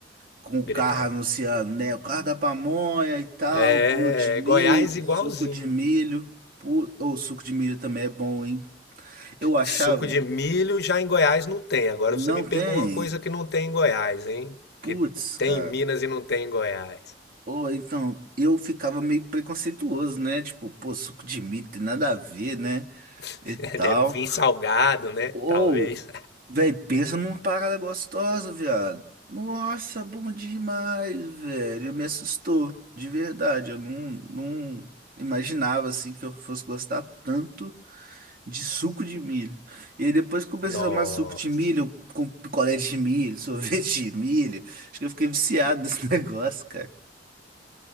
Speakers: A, on the right; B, on the left.
A: com o
B: Gritando.
A: carro anunciando, né? O carro da pamonha e tal,
B: É,
A: bolo de milho,
B: É, Goiás igualzinho.
A: suco de milho. Pô, Ou suco de milho também é bom, hein? Eu achava.
B: Suco de milho já em Goiás não tem. Agora
A: Não
B: você me pegou
A: tem?
B: uma coisa que não tem em Goiás, hein?
A: Putz,
B: Que tem
A: cara.
B: em Minas e não tem em Goiás.
A: Ou então, eu ficava meio preconceituoso, né? Tipo, pô, suco de milho tem nada a ver, né?
B: <laughs>
A: E tal.
B: Deve vir salgado, né?
A: Ou,
B: Talvez.
A: velho, pensa numa parada gostosa, viado. Nossa, bom demais, velho. Me assustou, de verdade. Eu não, não imaginava, assim, que eu fosse gostar tanto. de suco de milho. E aí depois que eu comecei
B: Nossa.
A: a tomar suco de milho, com picolé de milho, <laughs> sorvete de milho. Acho que eu fiquei viciado nesse <laughs> negócio, cara.